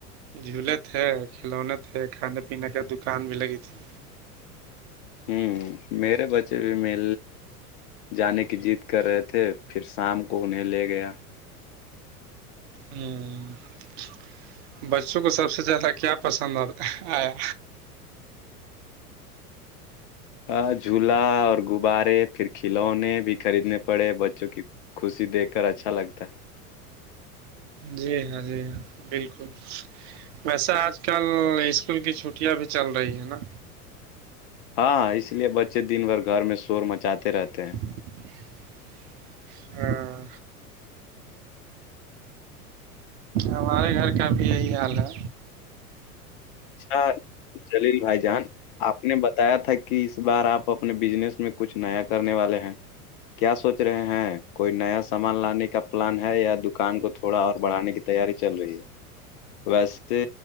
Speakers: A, on the right; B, on the left.
A: جھولے تھے کھلونے تھے کھانے پینے کی دکان بھی لگی تھی
B: ہوں میرے بچے بھی میے جانے کی ضد کر رہے تھے پھر شام کو انہیں لے گیا
A: ہ بچوں کو سب سے زیادہ کیا پسند آ آیا
B: ہ جھولا اور غبارے پھر کھلونے بھی خریدنے پڑے بچوں کی خوشی دیکھ کر اچھا لگتا ہے
A: جی ہاں جی ہاں بالکل ویسے آج کل اسکول کی چھٹیاں بھی چل رہی ہیں نا
B: ہاں ہاں اس لیے بچے دن بھر گھر میں شور مچاتے رہتے ہیں
A: <inaudible> ہاں ہمارے گھر کا بھی یہی حال ہے
B: اچھا جلیل بھائی جان آپ نے بتایا تھا کہ اس بار آپ اپنے بزنس میں کچھ نیا کرنے والے ہیں کیا سوچ رہے ہیں کوئی نیا سامان لانے کا پلان ہے یا دکان کو تھوڑا اور بڑھانے کی تیاری چل رہی ہے ویسے